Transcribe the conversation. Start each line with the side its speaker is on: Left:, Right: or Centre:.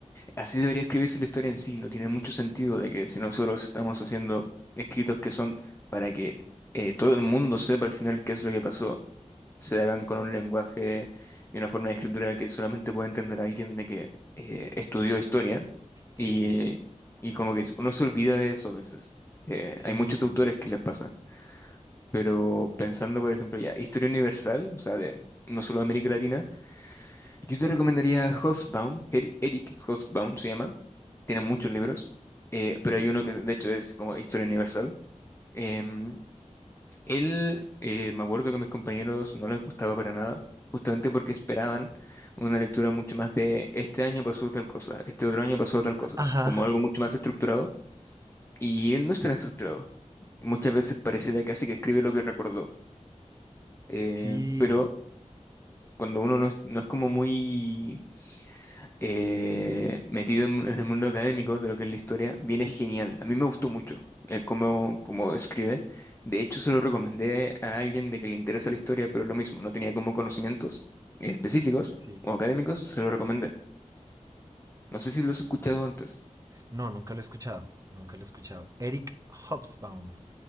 Left: Así debería escribirse la historia en sí, no tiene mucho sentido de que si nosotros estamos haciendo escritos que son para que eh, todo el mundo sepa al final qué es lo que pasó, se hagan con un lenguaje y una forma de escritura que solamente puede entender alguien de que eh, estudió historia
Right: Sí,
Left: y, y como que uno se olvida de eso a veces. Eh,
Right: sí.
Left: hay muchos autores que les pasa, pero pensando por ejemplo ya, historia universal, o sea, de no solo de América Latina, yo te recomendaría Hobsbawm, Eri- Eric Hobsbawm se llama. Tiene muchos libros, eh, pero hay uno que de hecho es como Historia Universal. Em, él, eh, me acuerdo que a mis compañeros no les gustaba para nada, justamente porque esperaban una lectura mucho más de este año pasó tal cosa, este otro año pasó tal cosa,
Right: a- Ajá,
Left: como algo mucho más estructurado, y él no está estructurado. Muchas veces pareciera casi que escribe lo que recordó, eh,
Right: sí,
Left: pero cuando uno no es no es como muy eh, metido en, en el mundo académico de lo que es la historia, viene genial. A mí me gustó mucho eh, cómo, cómo escribe. De hecho, se lo recomendé a alguien de que le interesa la historia, pero lo mismo, no tenía como conocimientos específicos
Right: sí.
Left: o académicos, se lo recomendé. No sé si lo has escuchado antes.
Right: No, nunca lo he escuchado, nunca lo he escuchado. Eric Hobsbawm.